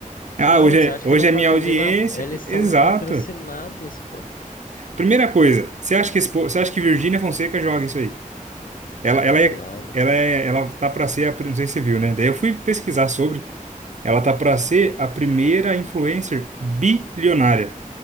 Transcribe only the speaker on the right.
ah,
hoje
é,
hoje
é minha
audiência.
Exato.
Primeira coisa, você acha que, esse po- você acha que Virgínia Fonseca joga isso aí? Ela,
ela é.
Ela, é, ela tá pra ser a. pri- Não sei se você viu, né? Daí eu fui pesquisar sobre. Ela tá para ser a primeira influencer bilionária